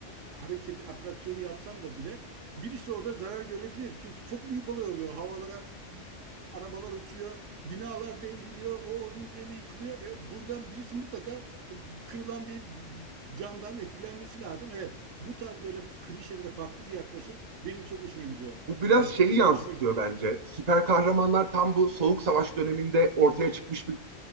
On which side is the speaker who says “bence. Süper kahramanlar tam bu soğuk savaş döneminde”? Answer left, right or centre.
Right